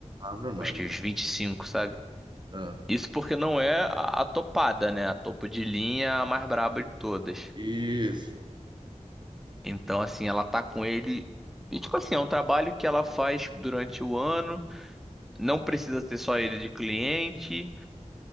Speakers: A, on the right (about 35°); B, in the centre.
A: Ave Maria.
B: Acho que uns 25, sabe?
A: Ah,
B: Isso porque não é a a topada, né? A topo de linha a mais braba de todas.
A: isso.
B: Então, assim, ela tá com ele. E, tipo assim, é um trabalho que ela faz durante o ano, não precisa ter só ele de cliente,